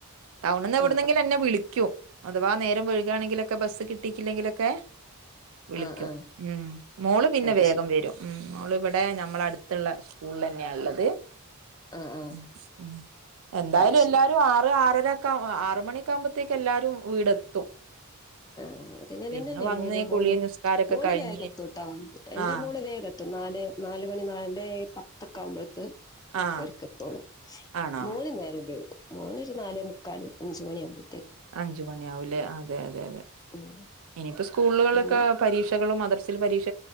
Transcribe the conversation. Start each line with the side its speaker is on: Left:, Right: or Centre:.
Right: ടൗണിന്ന് എവിടുന്നെങ്കിലും
Left: ആ
Right: എന്നെ വിളിക്കും അഥവാ നേരം വൈകാണെങ്കിലൊക്കെ ബസ്സ് കിട്ടീക്കില്ലെങ്കിലൊക്കെ വിളിക്കും
Left: ആ ആ ആ
Right: ഉം മോള് പിന്നെ
Left: അത്
Right: വേഗം
Left: ശരി.
Right: വരും ഉം. മോളിവിടെ നമ്മള അടുത്തുള്ള സ്കൂളിലന്നെയാ ഉള്ളത്
Left: ആ ആ
Right: ഉം ഉം എന്തായാലും
Left: അത് ശരി.
Right: എല്ലാരും ആറ് ആറരാക്കെ, ആറ് മണി ക്കാവുമ്പോത്തേക്ക് എല്ലാരും വീടെത്തും.
Left: ആ അതങ്ങനെന്നയാ
Right: പിന്നെ വന്ന്
Left: മോനും
Right: കുളി
Left: മോളും.
Right: നിസ്കാരൊക്കെ
Left: മോള്
Right: കഴിഞ്ഞ്
Left: വേഗത്തുട്ടോ, എന്റെ
Right: ആഹ്
Left: മോള് വേഗം നാല്, നാല് നാലുമണി നാല് പത്തൊക്കെ ആവുമ്പളെക്ക്
Right: ആഹ്
Left: ഓരൊക്കെത്തോളു,
Right: ആണോ
Left: മോന് നേരം വൈകും മോനൊരു നാലേ മുക്കാല് അഞ്ച് മണി ആവുമ്പ..
Right: അഞ്ചു മണിയാവൂലേ, അതെ അതെ അതെ.
Left: ഉം
Right: ഇനിയിപ്പോ സ്കൂളുകളൊക്കെ
Left: പിന്നെ
Right: പരീക്ഷകളും മദരസേല് പരീക്ഷ